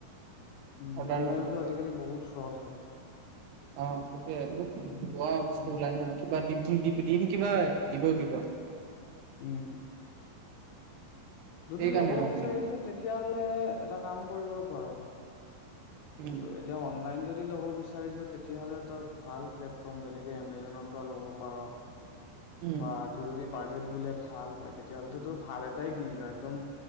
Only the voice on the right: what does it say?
অৰ্ডাৰ
কৰিলে
অ', ঠিকেইটো
খোৱা বস্তু
উলাই নহয় কিবা দিম, দিম, কিবা দিব কিবা।
সেইকাৰণে
মই ভাবিছো
উম
উম